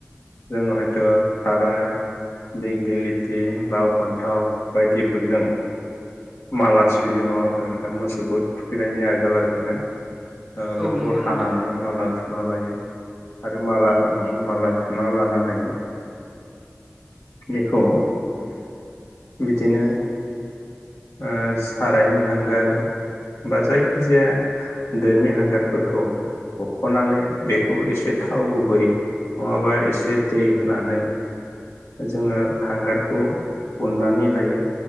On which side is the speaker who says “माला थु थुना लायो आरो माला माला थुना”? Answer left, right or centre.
Left